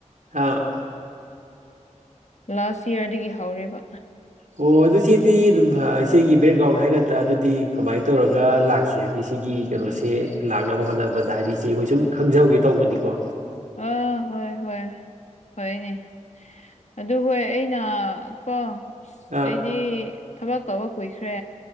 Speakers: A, on the right; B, on the left.
A: ꯍꯥꯥ
B: ꯂꯥꯁ ꯏꯌꯥꯔꯗꯒꯤ ꯍꯧꯔꯦꯕ
A: ꯑꯣ ꯑꯗꯨ ꯏꯆꯦꯗꯤ ꯑꯗꯨꯝ ꯏꯆꯦꯒꯤ ꯕꯦꯛꯒ꯭ꯔꯥꯎꯟ ꯍꯥꯏꯒꯗ꯭ꯔꯥ ꯑꯗꯨꯗꯤ ꯀꯃꯥꯏꯅ ꯇꯧꯔꯒ ꯂꯥꯛꯈꯤ ꯍꯥꯏꯗꯤ ꯁꯤꯒꯤ ꯀꯩꯅꯣꯁꯦ ꯂꯥꯛꯅꯕ ꯍꯣꯠꯅꯕꯗ ꯍꯥꯏꯗꯤ ꯏꯆꯦ ꯑꯈꯣꯏ ꯁꯨꯝ ꯈꯪꯖꯍꯧꯒꯦ ꯇꯧꯕꯅꯤꯀꯣ
B: ꯑꯥ ꯍꯣꯏ ꯍꯣꯏ ꯍꯣꯏꯅꯦ ꯑꯗꯨ ꯍꯣꯏ ꯑꯩꯅ ꯀꯣ ꯑꯁ
A: ꯑꯥ
B: ꯑꯩꯗꯤ ꯊꯕꯛ ꯇꯧꯕ ꯀꯨꯏꯈ꯭ꯔꯦ